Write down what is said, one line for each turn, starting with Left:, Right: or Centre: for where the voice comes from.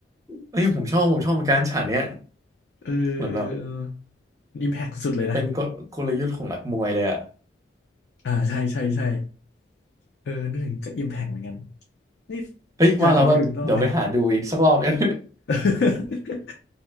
Right: เอ้ยผมชอบผมชอบเหมือนกันฉากเนี้ย
Left: เออเออเออ
Right: เหมือนแบบ
Left: อิมแพคสุดๆเลยนะ
Right: เป็นกลกลยุทธ์ของนักมวยเลยอ่ะ
Left: อ่าใช่ใช่ใช่เออนึกถึงก็อิมแพคเหมือนกันนี่
Right: เฮ้ยว่าแล้วว่าก็เดี๋ยวไปหาดูอีกสักรอบเนี่ย
Left: อยากกลับไปดูอีกรอบเลย <laughs>